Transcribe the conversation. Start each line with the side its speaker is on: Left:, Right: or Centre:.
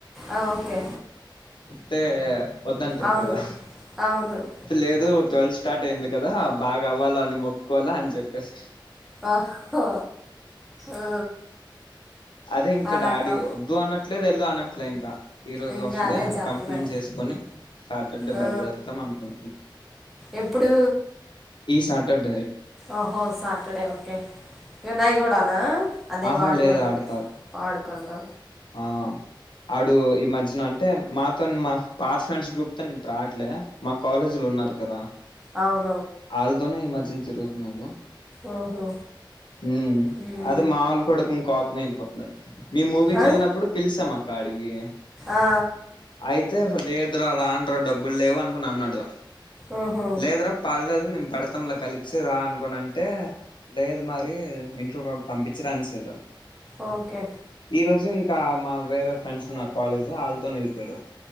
Centre: ఆ ఓకే
Left: తే వద్దంటరు
Centre: అవును
Left: కదా
Centre: అవును
Left: లేదు ట్వెల్వ్ స్టార్ట్ అయింది కదా బాగా అవ్వాల అని మొక్కకోలా అని చెప్పేసి
Centre: ఓహో ఆ
Left: అదే ఇంకా
Centre: అలాగా
Left: డాడీ వద్దు అనట్లేదు వెళ్ళు అన అట్లా ఇంకా ఈ రోజు
Centre: ఇంకా
Left: వస్తే
Centre: అదే చెప్పలే
Left: కన్ఫర్మ్ చేసుకొని సాటర్డే
Centre: ఆ
Left: బయలుదేరుతాం అనుకుం
Centre: ఎప్పుడు
Left: ఈ సాటడ్
Centre: ఓహో సా తడే ఓకే వినయ్ గూడానా అదే
Left: ఆహా
Centre: వాడు
Left: లేదు
Centre: గూడా
Left: ఆడు కాదు
Centre: వాడుకాదా
Left: ఆ ఆడు ఈ మధ్యన అంటే మాతో మా పాత ఫ్రెండ్స్ గ్రూప్ తోనే ట్రాట్లే మా కాలేజీలో ఉన్నారు కదా
Centre: అవున్
Left: ఆల్తోనే ఈ మ తిన్ తిరుగుతున్నాడు
Centre: ఓహో
Left: ఉమ్
Centre: ఉమ్
Left: అది మాలు కూడాడుకు కోపమే నరు మీ మూవీకి
Centre: ఆ
Left: వెళ్ళినప్పుడు పిలిసాం అక్క అడిగి
Centre: ఆ
Left: అయితే వ లేదు వద్దు రానురా డబ్బులు లేవు అనుకొని అన్నాడు
Centre: ఓహో
Left: లేదురా పర్లేదు మేము పెడ తంల కలిసి రా అనుకుని అంటే లేదు మరి ఎ ఇంట్లో వాళ్ పంపించరనేశాడు
Centre: ఓకే
Left: ఈ రోజు ఇంకా మా వేరే ఫ్రెండ్స్ ఉన్నారు కాలేజ్ ఆల్తోని వెళ్ళిపోయాడు